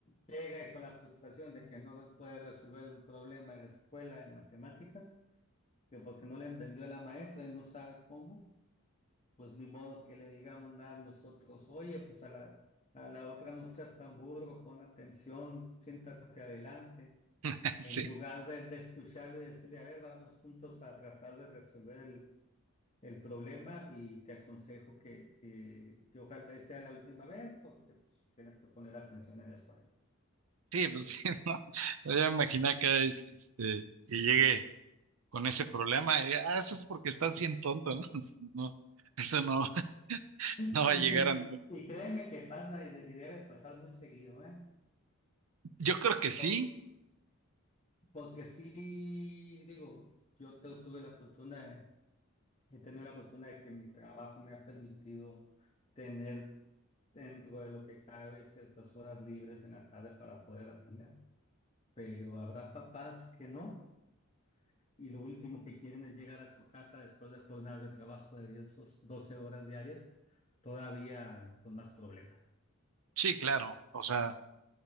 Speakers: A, on the left; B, on the right.
A: llega y con la frustración de que no puede resolver un problema en la escuela de matemáticas, que porque no le entendió la maestra y no sabe cómo, pues ni modo que le digamos nada a nosotros, oye, pues a la, a la otra no seas tan burro, pon atención, siéntate adelante,
B: <laughs> sí,
A: en lugar de, de escucharlo y decirle, a ver, vamos juntos a tratar de resolver el, el problema y te aconsejo que, que, que ojalá y sea la última vez porque pues, tienes que poner atención en la escuela.
B: sí, pues sí, <laughs> ¿no? Yo me imaginé que, es, este, que llegue con ese problema. eh, ah, eso es porque estás bien tonto, ¿no? <laughs> No, eso no, <laughs>
A: Y,
B: no va
A: y,
B: a llegar a ningún.
A: y créeme que pasa y, de- y debe pasar muy seguido, ¿eh?
B: Yo creo que sí,
A: Por- porque sí, digo, yo te- tuve la fortuna, de- he tenido la fortuna de que mi trabajo me ha permitido tener dentro de lo que cabe ciertas horas libres en la tarde para poder aprender. Pero habrá papás que no, y lo último que quieren es llegar a su casa después de jornadas de trabajo de 10 o 12 horas diarias, todavía con más problemas.
B: sí, claro. O sea.